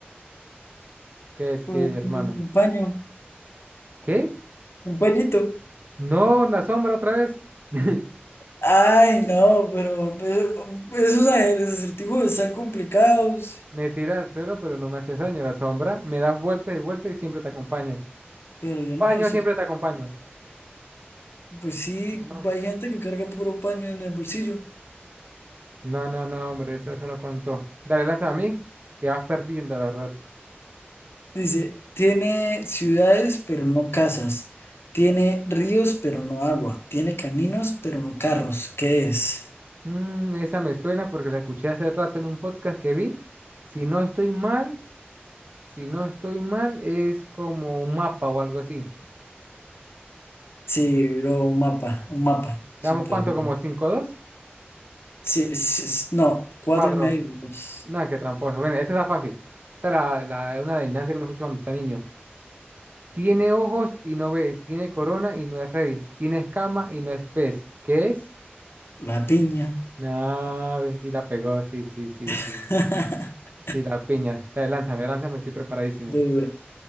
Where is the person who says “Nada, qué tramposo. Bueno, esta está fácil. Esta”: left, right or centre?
Right